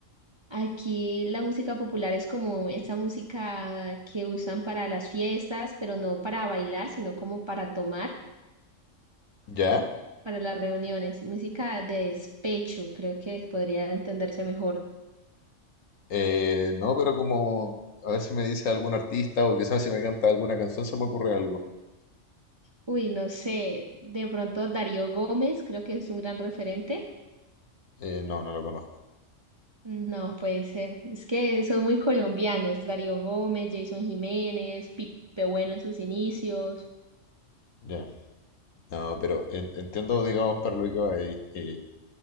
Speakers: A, on the right (about 25°); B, on the left (about 90°).
A: Aquí la música popular es como esa música que usan para las fiestas, pero no para bailar, sino como para tomar,
B: ¿Ya?
A: para las reuniones. Música de despecho, creo que podría entenderse mejor.
B: Eh, no, pero como, a ver si me dice algún artista o quizás si me canta alguna canción se me ocurre algo.
A: Uy, no sé, de pronto Darío Gómez, creo que es un gran referente.
B: Eh, no, no lo conozco.
A: No puede ser, es que son muy colombianos, Darío Gómez, Jason Jiménez, Pipe Bueno en sus inicios.
B: Ya. No, pero en- entiendo, digamos, para lo que va ahí. Eh,